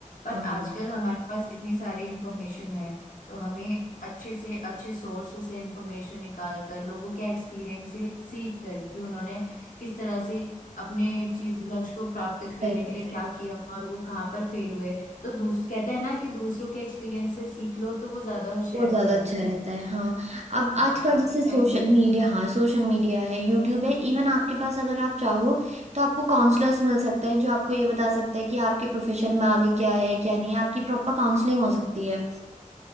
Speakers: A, on the left (about 75°); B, on the right (about 55°).
A: बट
B: हाँ
A: आजकल हमारे पास इतनी सारी इन्फॉर्मेशन है तो हमें अच्छे से अच्छे सोर्स से इन्फॉर्मेशन निकाल कर लोगों के एक्सपीरियंस से सीख कर कि उन्होंने किस तरह से अपने चीज लक्ष्य को प्राप्त करने
B: सही बात
A: के लिए क्या
B: है
A: किया और वो कहाँ पर फेल हुए तो दूस कहते हैं ना कि दूसरों के एक्सपीरियंस से सीख लो तो वो ज्यादा होशियार
B: वो ज्यादा
A: कहलाता
B: अच्छा रहता
A: है
B: है हाँ अब
A: हाँ,
B: आजकल
A: आपके
B: जैसे सोशल
A: टाइम बचता
B: मीडिया
A: है
B: हाँ सोशल मीडिया है यूट्यूब है इवन आपके पास अगर आप चाहो तो आपको काउंसलर्स मिल सकते हैं जो आपको ये बता सकते हैं कि आपके प्रोफेशन में आगे क्या है क्या नहीं है आपकी प्रॉपर काउंसलिंग हो सकती है